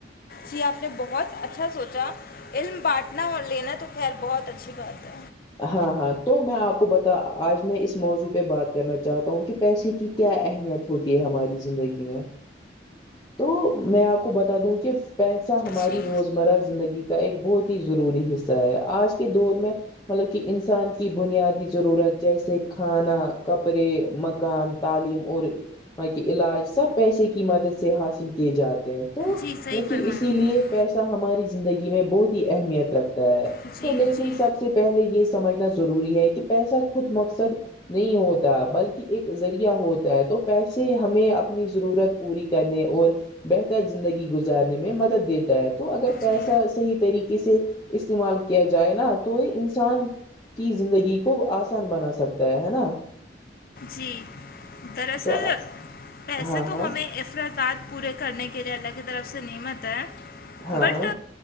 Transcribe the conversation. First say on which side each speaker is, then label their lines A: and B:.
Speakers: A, on the left (about 50°); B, on the left (about 20°).
A: جی آپ نے بہت اچھا سوچا علم بانٹنا اور لینا تو خیر بہت اچھی بات ہے
B: ہاں ہاں تو میں آپ کو بتا آج میں اس موضوع پہ بات کرنا چاہتا ہوں کہ پیسے کی کیا اہمیت ہوتی ہے ہماری زندگی میں تو میں آپ کو بتا دوں کہ پیسہ ہماری
A: جی
B: روزمرہ زندگی ایک بہت ہی ضروری حصہ ہے آج کے دور میں مطلب کہ انسان کی بنیادی ضرورت جیسے کھانا کپڑے مکان تعلیم اور وہاں کے علاج سب پیسے کی مدد سے حاصل کیے جاتے تو
A: جی صحیح
B: مط
A: فرمایا
B: اسی
A: آپ
B: لیے
A: نے
B: پیسہ ہماری زندگی میں بہت ہی اہمیت رکھتا ہے
A: جی
B: تو لیکن
A: جی
B: سب سے پہلے یہ سمجھنا ضروری ہے کہ پیسہ خود مقصد نہیں ہوتا بلکہ ایک ذریعہ ہوتا ہے تو پیسے ہمیں اپنی ضرورت پوری کرنے اور بہتر زندگی گزارنے میں مدد دیتا ہے تو اگر پیسہ
A: جی
B: صحیح طریقے سے استعمال کیا جائے نا تو یہ ان انسان کی زندگی کو آسان بنا سکتا ہے ہے نا
A: جی دراصل
B: تو ہاں
A: پیسے تو
B: ہاں
A: ہمیں اخرادات پورے کرنے کے لئے اللہ کی طرف سے نہیں مت ہے
B: ہاں
A: بٹ
B: ہاں